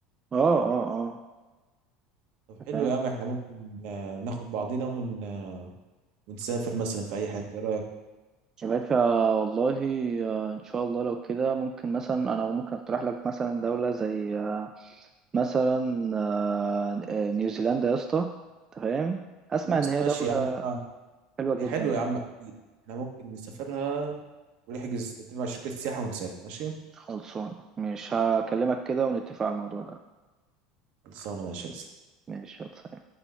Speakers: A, on the right; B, on the right.
A: اه اه اه
B: طب حلو
A: تمام
B: يا عم احنا ممكن آه، ناخد بعضينا ون... آه، ونسافر مثلا في اي حته ايه رايك
A: يا باشا والله آه ان شاء الله لو كده ممكن مثلا انا ممكن اقترح لك مثلا دولة زي آه مثلا آه آه، نيوزيلندا يا اسطى تمام اسمع
B: خلاص
A: ان هي
B: ماشي
A: دولة
B: يا عم احنا
A: حلوة جدا
B: إيه حلو يا عم اكيد احنا ممكن نسافرها ونحجز نتفق مع شركه سياحه ونسافر ماشي
A: خلصانة مش هكلمك كده ونتفق على الموضوع ده
B: خلصانه ماشي يا اسلام.
A: ماشي يلا